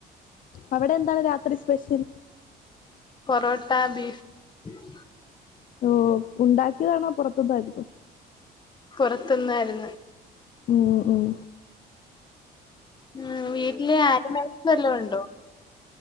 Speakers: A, on the left (about 50°); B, on the left (about 25°).
A: അവിടെ എന്താണ് രാത്രി സ്പെഷ്യൽ?
B: പൊറോട്ട ബീഫ് <inaudible>
A: ഓഹ് ഉണ്ടാക്കിയതാണോ പൊർത്ത്ന്ന് വര്ത്തു
B: പൊർത്ത്ന്നായിര്ന്ന്.
A: ഉം, ഉം
B: ഉം വീട്ടില് ആനിമൽസ് വല്ലോം ഉണ്ടോ?